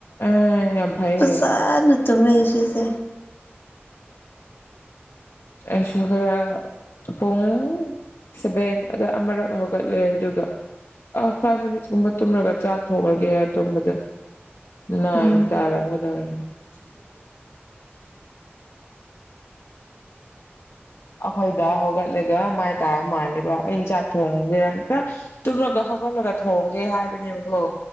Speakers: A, on the left; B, on the left.
A: ꯑꯦ ꯌꯥꯝ ꯐꯩꯌꯦ
B: ꯐꯖꯟꯅ ꯇꯨꯝꯃꯦ ꯉꯁꯤꯁꯦ
A: ꯑꯩꯁꯨ ꯈꯔꯥ ꯄꯨꯡ ꯁꯦꯕꯦꯟ ꯑꯗ ꯑꯃꯔꯛ ꯍꯧꯒꯠꯂꯦ ꯑꯗꯨꯒ ꯑꯥ ꯐꯥꯏꯚ ꯃꯤꯅꯤꯠꯁ ꯀꯨꯝꯕ ꯇꯨꯝꯔꯒ ꯆꯥꯛ ꯊꯣꯡꯉꯒꯦ ꯇꯨꯝꯕꯗ ꯅꯥꯏꯟ
B: ꯎꯝ
A: ꯇꯥꯔꯝꯒꯗꯧꯔꯦ ꯑꯩꯈꯣꯏ ꯗꯥ ꯍꯧꯒꯠꯂꯒ ꯃꯥꯏ ꯇꯥꯕ ꯃꯥꯜꯂꯦꯕ ꯑꯩꯅ ꯆꯥꯛ ꯊꯣꯡꯒꯦ ꯍꯥꯏꯇꯥꯅ ꯇꯨꯝꯂꯒ ꯍꯧꯒꯠꯂꯒ ꯊꯣꯡꯒꯦ ꯍꯥꯏꯕꯅꯦꯕꯒꯣ